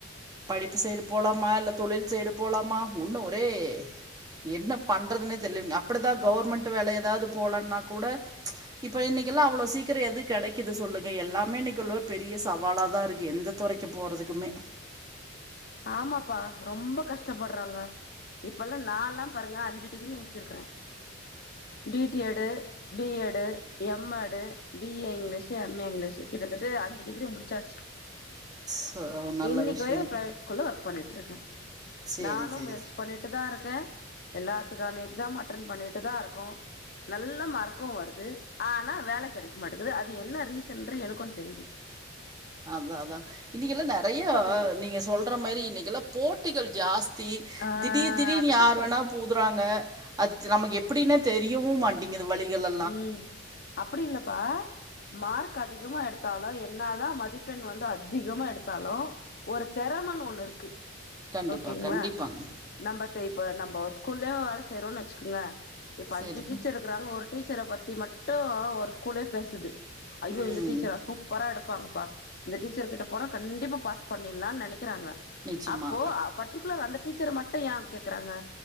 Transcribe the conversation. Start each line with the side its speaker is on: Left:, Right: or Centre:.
Right: படிப்பு சைடு போலாமா இல்ல தொழில் சைடு போலாமா ஒன்னு ஒரே. என்ன பண்றதுனே தெரில அப்டி தா கவர்மெண்ட் வேல எதாவ்து போலான்னா கூட. இப்ப இன்னைக்கில்லா அவ்ளோ சீக்கிரோ எதும் கிடைக் க்குது சொல்லுங்க எல்லாமே இன்னைக்கு உள்ள பெரிய சவாலா தா இருக்கு எந்த துறைக்கு போறதுக்குமே.
Left: ஆமாப்பா ரொம்ப கஷ்டப்பட்றாங்க இப்பல்லா நால்லா பாருங்க அஞ்சு டிகிரி முடிச்சிருக்கிறே DT Ed. BEd MEd BA English MA English கிட்டத்தட்ட அஞ்சு டிகிரி முடிச்சாச்சு
Right: சோ நல்ல
Left: இன்னைக்கு
Right: விஷயங்க
Left: வர பிரைவேட் ஸ்கூல்ல ஒர்க் பண்ணிட்ருக்கே
Right: சேரி
Left: நானு
Right: சேரி
Left: முயற்ச்சி
Right: சேரி
Left: பண்ணிட்டு தா இருக்கே எல்லாத்துக்கான எக்ஸாமு அட்டன் பண்ணிட்டு தா இருக்கோ நல்ல மார்க்கு வருது ஆனா வேல கிடைக்க மாட்டேக்குது அது என்ன ரீசன்ட்ரு எனக்கு தெரிய் <inaudible>
Right: அதா அதா இன்னைக்குல்லா நெறையா
Left: தெரியு
Right: நீங்க சொல்ற மாரி இன்னைக்குல்லா போட்டிகள் ஜாஸ் திடீர்
Left: ஆ
Right: திடீர்னு
Left: அததா
Right: யார்
Left: சொல்
Right: வேணா பூதுறாங்க அது நமக்கு எப்டின்னே தெரியவு மாட் வழிகள்லா
Left: உம் அப்டி இல்லப்பா மார்க் அதிகமா எடுத்தாலு என்னாதா மதிப்பெண் வந்து அதிகமா எடுத்தாலு ஒரு திறமன்னு ஒண்ணுருக்கு
Right: கண்டிப்பா
Left: ஓகேங்களா
Right: கண்டிப்பாங்க
Left: நம்ப இப்ப நம்ம ஒரு ஸ்கூல்லே வேல செய்யறோன்னு வச்சுக்கோங்ளே இப்ப அஞ்சு
Right: சரி
Left: டீச்சர் இருக்கறாங்க ஒரு டீச்சர பத்தி மட்டு ஒரு ஸ்கூலே பேசுது. ஐயோ
Right: ம்
Left: இந்த டீச்சரா சூப்பரா எடுப்பாங்க பா இந்த டீச்சர் கிட்ட போனா கண்டிப்பா பாஸ் பண்ணிட்லா நெனைக் குறாங்க
Right: நிச்சயமா
Left: அப்போ. பர்டிக்குலர் அந்த டீச்சர மட்டு ஏ கேக்குறாங்க